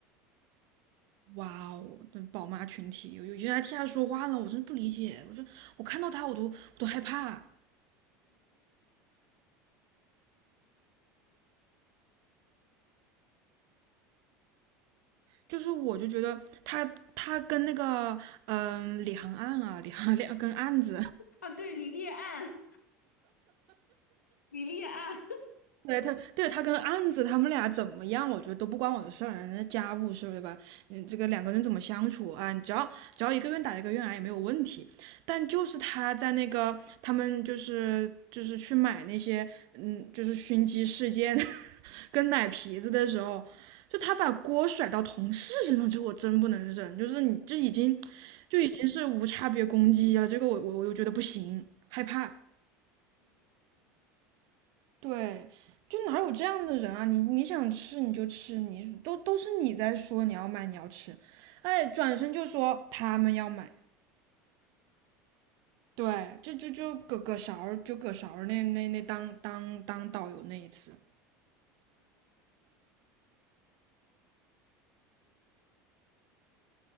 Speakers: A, on the right; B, on the left.
A: 哇哦，那宝妈群体有有些人还替他说话呢，我真的不理解。我说我看到他我都我都害怕，就是我就觉得他他跟那个嗯、李行案啊，李行两跟案子
B: 啊，对，李烈案，李烈案，
A: 对他，对他跟案子他们俩怎么样，我觉得都不关我的事儿，人家家务事儿对吧？嗯，这个两个人怎么相处啊？只要只要一个愿打一个愿挨也没有问题。但就是他在那个他们就是就是去买那些嗯就是熏鸡事件 <laughs> 跟奶皮子的时候，就他把锅甩到同事身上，这我真不能忍。就是你这已经就已经是无差别攻击了，这个我我我又觉得不行，害怕。对，就哪有这样的人啊？你你想吃你就吃，你都都是你在说你要买你要吃，哎，转身就说他们要买，对，就就就葛葛勺儿就葛勺儿那那那当当当导游那一次，